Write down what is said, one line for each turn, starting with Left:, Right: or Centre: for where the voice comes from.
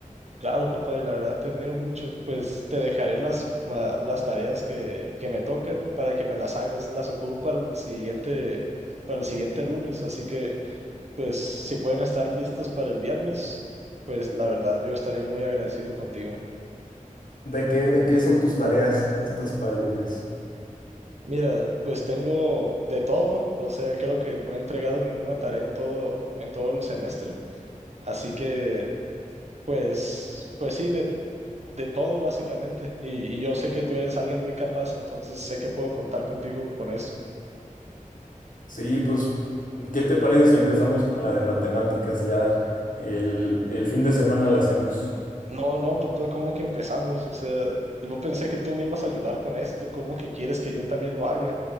Right: Claro, papá, y la verdad te admiro mucho. Pues te dejaré las, ma- las tareas que, que me tocan para que me las hagas. Las ocupo para el siguiente, para el siguiente lunes, así que pues si pueden estar listas para el viernes, pues la verdad yo estaría muy agradecido contigo.
Left: ¿De qué, de qué son tus tareas estas para el lunes?
Right: Mira, pues tengo de todo, o sea, creo que no he entregado ninguna tarea en todo, en todo el semestre, así que, pues, pues sí, de, de todo básicamente, y, y yo sé que tú eres alguien muy capaz, entonces sé que puedo contar contigo con esto.
Left: Sí, pues, ¿qué te parece si empezamos con la de matemáticas? Ya el, el fin de semana la hacemos.
Right: No, no, papá, ¿cómo que empezamos? O sea, yo pensé que tú me ibas a ayudar con esto, ¿cómo que quieres que yo también lo haga?